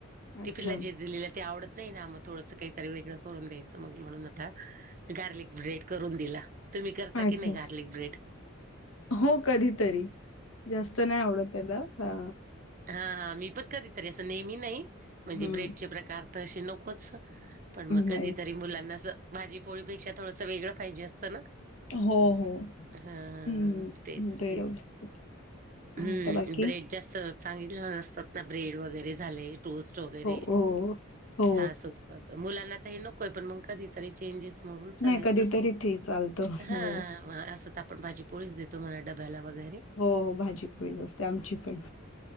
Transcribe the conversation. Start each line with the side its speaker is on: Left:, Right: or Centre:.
Left: अच्छा
Right: टिफीनला जे दिलेलं ते आवडत नाही ना मग. थोडस काहीतरी वेगळं करून द्यायचं मग म्हणून आता गार्लिक ब्रेड करून दिला. तुम्ही करता
Left: अच्छा
Right: की नाही गार्लिक ब्रेड?
Left: हो कधीतरी जास्त नाही आवडत त्याला हा
Right: हा हा मी पण कधीतरी असं नेहमी नाही म्हणजे
Left: हम्म
Right: ब्रेडचे प्रकार तर अशे नकोच पण मग कधी
Left: नाही
Right: तरी मुलांना अस भाजी पोळी पेक्षा थोडसं वेगळं पाहिजे असतं ना.
Left: हो हो
Right: हां
Left: हम्म
Right: तेच
Left: ब्रेड
Right: तेच.
Left: वगैरे खात काय
Right: हम्म
Left: म्हणता बाकी
Right: ब्रेड जास्त चांगली नसतात ना ब्रेड वगैरे. झाले टोस्ट वगैरे
Left: हो हो हो
Right: चहा सोबत मुलांना त हे नकोय पण मग कधी तरी चेंजेस म्हणून चलायस
Left: नाही कधीतरी ते चालतं हो
Right: हां
Left: हो
Right: अस त म आपण भाजी पोळीच देतो म्हणा डब्याला वगैरे.
Left: हो भाजी पोळीच असते आमची पण.